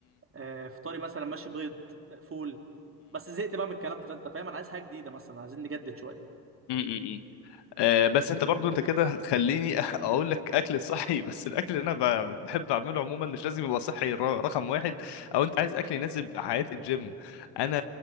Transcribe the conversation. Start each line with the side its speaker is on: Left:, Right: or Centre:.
Right: آه، فطاري مثلا ماشي بيض آه، فول بس زهقت بقى من الكلام ده انت فاهم انا عايز حاجه جديده مثلا عايزين نجدد شويه
Left: امم آه، بس انت برضو انت كده هتخليني <laughs> اقول لك اكل صحي بس الاكل اللي انا ب- بحب اعمله عموما مش لازم يبقى صحي ر- رقم واحد او انت عايز اكل يناسب حياه الجيم انا